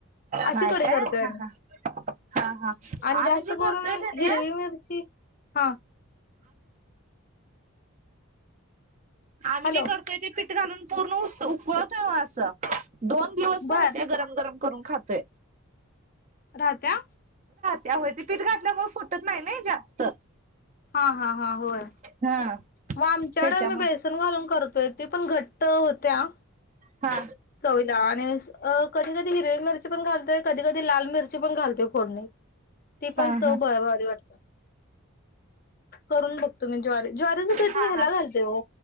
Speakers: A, on the left (about 40°); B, on the right (about 35°).
A: अशी
B: हाय
A: कडी
B: काय
A: करतोय
B: हा
A: आम्ही.
B: हा हा हा
A: आणि
B: आम्ही
A: जास्त
B: जे
A: करून
B: करतोय का नाही
A: हिरवी मिर हा.
B: आम्ही
A: हॅलो
B: जे करतोय ते पीठ घालून पूर्णस उकलतो वो असं. दोन दिवस
A: बर
B: राहते गरम गरम करून खात ते.
A: राहत्या?
B: त्यामुळेती पीठ घातल्यामुळे फुटत नाही नाही जास्त.
A: हा हा हा होय
B: हा
A: मग आमच्याकडे
B: त्याच्यामुळे
A: मी बेसन घालून करतो ते पण घट्ट होत्या
B: हा.
A: चवीला आणि अस अ कधी कधी हिरवी मिरची पण घालतेय कधी कधी लाल मिर पण घालते फोडणीत. ती पण
B: हा
A: चव
B: हा
A: ब भारी वाटत. करून बघतो मी ज्वारी ज्वारीचं पीठ
B: हा
A: मी ह्याला
B: हा
A: घालते हो